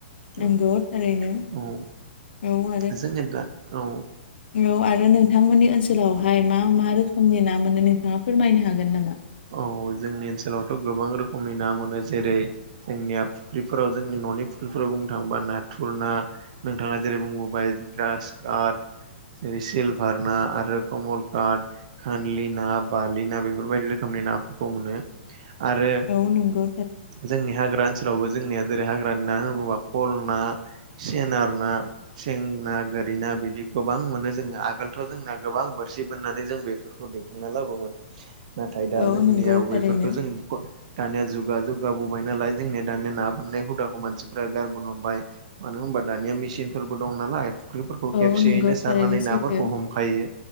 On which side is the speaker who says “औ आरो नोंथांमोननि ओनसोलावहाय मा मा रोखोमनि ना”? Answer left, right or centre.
Left